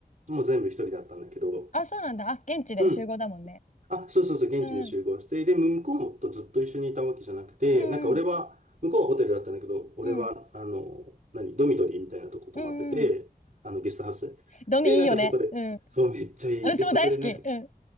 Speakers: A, on the right; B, on the left.
A: もう全部一人だったんだけど、
B: あ、そうなんだ。あ、現地で集合だもんね。
A: うん。あ、そうそうそう、現地で集合して、
B: うん。
A: で、向こうとずっと一緒にいたわけじゃなくて、
B: うん。
A: なんか俺は、向こうはホテルだったんだけど、俺は、
B: うん。
A: あの、何、ドミトリーみたいなとこ泊まってて、
B: うん。うん。
A: あの、ゲストハウスで。
B: ドミいいよね。
A: で、なんかそこで、
B: うん。
A: そう、めっちゃいい。
B: 私も大好き。
A: で、そこでなんか、
B: うん。
A: <laughs>